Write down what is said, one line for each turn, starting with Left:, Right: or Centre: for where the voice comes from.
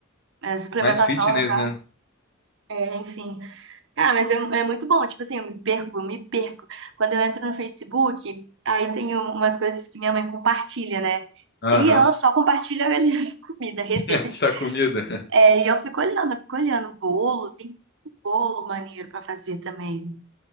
Right: é, suplementação,
Left: Mais fitness,
Right: no caso.
Left: né?
Right: É, enfim. Cara, mas é, é muito bom. Tipo assim, eu me perco, eu me perco. Quando eu entro no Facebook, aí tem um- umas coisas que minha mãe compartilha, né?
Left: Aham.
Right: E ela só compartilha ali, <laughs> comida, receita.
Left: <laughs> Essa comida.
Right: É, e eu fico olhando, eu fico olhando. Bolo, tem bolo maneiro pra fazer também.